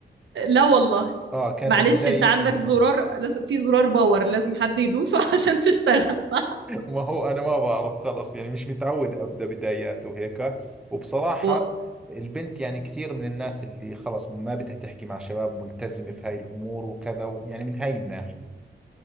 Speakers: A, on the right (about 80°); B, in the centre.
A: لا والله
B: اه كانت
A: معلش
B: البدايه
A: انت عندك
B: من عندهم
A: زرار لازم في زرار باور لازم حد يدوسه <laughs> عشان تشتغل صح
B: ما هو انا ما بعرف خلص يعني مش متعود ابدا بدايات وهيك وبصراحه
A: و... اه
B: البنت يعني كثير من الناس اللي خلص ما بدها تحكي مع شباب ملتزمه في هاي الامور وكذا و- يعني من هاي الناحيه